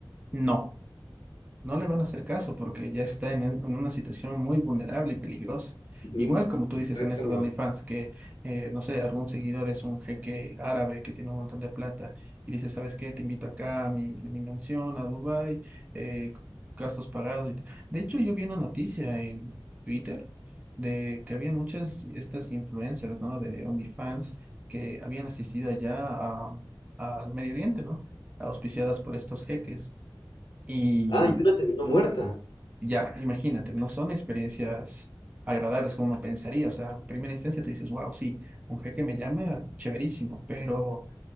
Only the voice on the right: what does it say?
No no le van a hacer caso porque ya está en, en una situación muy vulnerable y peligrosa.
Igual como tú
dices en estos OnlyFans, que eh, no sé, algún seguidor es un jeque árabe que tiene un montón de plata y dice, ¿sabes qué? Te invito acá a mi, a mi mansión, a Dubái, eh, gastos pagados y todo. De hecho, yo vi una noticia en Twitter de que había muchas estas influencers, ¿no? De OnlyFans que habían asistido allá a- al Medio Oriente, ¿no? Auspiciadas por estos jeques. Y
ya, imagínate, no son experiencias agradables como uno pensaría. O sea, en primera instancia te dices, wow, sí, un jeque me llama, chéverísimo, pero